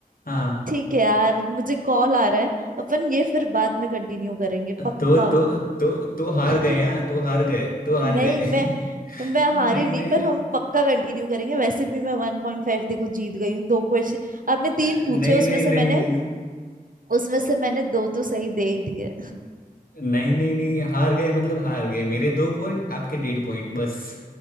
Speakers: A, on the left; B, on the right.
A: हाँ
B: ठीक है यार मुझे कॉल आ रहा है अपन ये फिर बाद में कंटिन्यू करेंगे पक्का
A: तो तो तो तो हार
B: <laughs>
A: गए हाँ तो हार गए तो हार
B: नहीं
A: गए
B: मैं
A: <laughs>
B: मैं
A: नहीं
B: हारी नहीं
A: नहीं
B: पर हम पक्का कंटिन्यू करेंगे वैसे भी मैं वन पॉइंट फाइव देखो जीत गई हूँ दो क्वेश्चन आपने
A: अ,
B: तीन
A: नहीं
B: पूछे उसमें
A: नहीं
B: से
A: नहीं
B: मैंने
A: <laughs>
B: उसमें से मैंने दो तो सही दे ही दिए
A: नहीं नहीं नहीं हार गए मतलब हार गए मेरे दो पॉइंट आपके डेढ़ पॉइंट बस